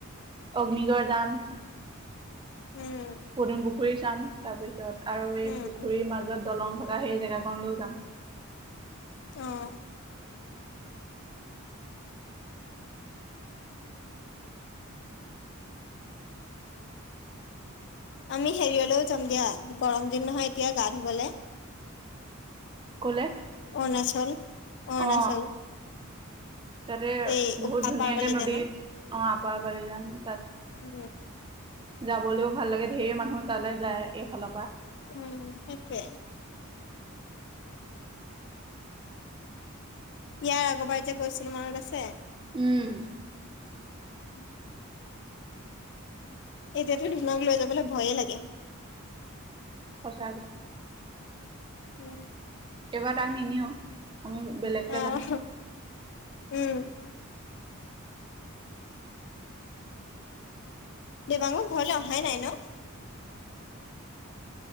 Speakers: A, on the right; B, on the left.
A: অগ্নিগড় যাম।
B: উম।
A: পদুম পুখুৰী চাম, তাৰপিছত আৰু এই
B: উম
A: পুখুৰীৰ
B: উম
A: মাজত দলং থকা সেই জেগাাকনলৈও যাম।
B: অ'। আমি হেৰিয়লৈও যাম দিয়া গৰম দিন নহয় এতিয়া গা ধুবলে
A: ক'লে?
B: অৰুণাচল অৰুণাচল।
A: অ তাতে
B: এই
A: বহুত
B: আপাৰ
A: ধুনীয়াকে
B: বালি
A: নদীত
B: জানো
A: আহ আপাৰ বালিজান তাত
B: উম
A: যাবলৈও ভাল লাগে, ঢেৰ মানুহ তালৈ যায় এইফালৰ পৰা
B: উম, সেইটোৱে। ইয়াৰ আগৰবাৰ যে গৈছিলো মনত আছে।
A: উম।
B: <inaudible> এতিয়াতো ধুনক লৈ যাবলৈ ভয়ে লাগে।
A: সঁচাকে
B: <unintelligible>
A: এইবাৰ তাক নিনিওঁ, আমি বেলেগকে
B: অহ
A: যাম।
B: উম'। দেৱাঙৰ ঘৰলৈ অহাই নাই ন